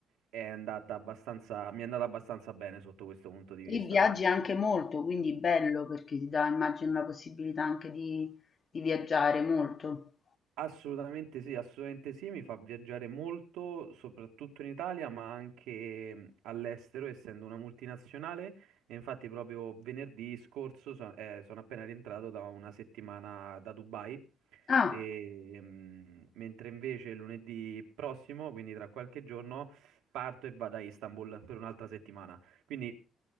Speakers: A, on the right; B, on the left.
A: è andata abbastanza, mi è andata abbastanza bene sotto questo punto di
B: E
A: vista.
B: viaggi anche molto, quindi bello perché ti dà, immagino, la possibilità anche di, di viaggiare molto.
A: Assolutamente sì, assolutamente sì, mi fa viaggiare molto, soprattutto in Italia, ma anche mh, all'estero, essendo una multinazionale. E infatti proprio venerdì scorso so- eh, sono appena rientrato da una settimana da Dubai,
B: Ah,
A: e, mh, mentre invece lunedì prossimo, quindi tra qualche giorno, parto e vado a Istanbul per un'altra settimana. Quindi